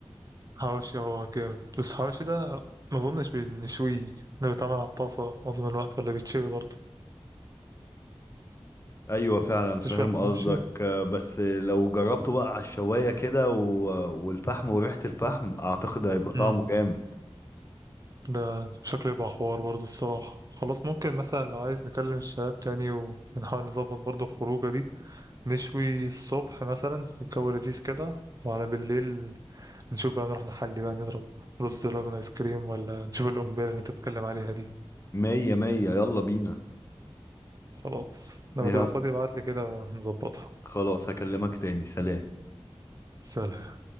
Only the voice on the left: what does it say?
ايوه فعلا فاهم
قصدك آه، بس لو جربته بقى على الشوايه كده و... والفحم وريحه الفحم اعتقد هيبقى طعمه
جامد
مية مية يلا بينا
يا
خلاص هكلمك تاني سلام